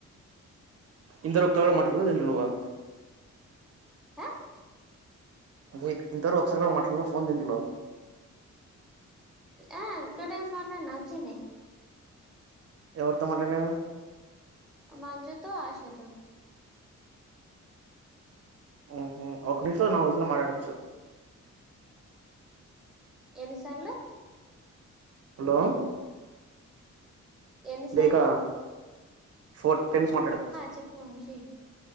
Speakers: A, on the right (about 55°); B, in the centre.
A: ఇంతవరకు ఒక్కగా మటన్ తింటున్నావు నువ్వు
B: ఆ
A: లైక్ ఇంత వరకు ఒకసారిగా మాట్లాడ్లా ఫోన్ దీంట్లో
B: ఆ టూ టైమ్స్ మాట్లాడిన వచ్చింది
A: ఎవరితో మాట్లాడినవ్
B: మంజు తో ఆశ తో
A: ఉమ్ హు ఒక నిమిష నాలుగు రోజులు మాట్లాడొచ్చు
B: ఏన్ని సార్లు
A: హలో
B: ఎన్ని సార్లు
A: ఇక ఫోర్ టైమ్స్ మాట్లాడచ్చు
B: చెప్పు వంశీ